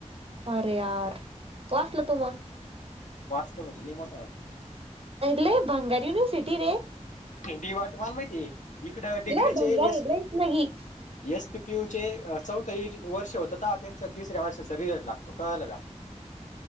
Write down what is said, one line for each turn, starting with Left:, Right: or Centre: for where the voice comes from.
Right: अरे यार वाचला तू मग.
Left: वाचलो म्हणजे लयमोठा वाटलो.
Right: ले भंगार युनिवर्सिटी रे.
Left: डी वाट मला माहिती हे इकडं डिग्रीचे
Right: लय भंगार
Left: येस.
Right: आहे लयच लगी
Left: एस पीपीयू चे चौथ वर्ष होत तवा त्यांचा तिसऱ्या वर्षचा रिझल्ट लागला. तो कळालं का.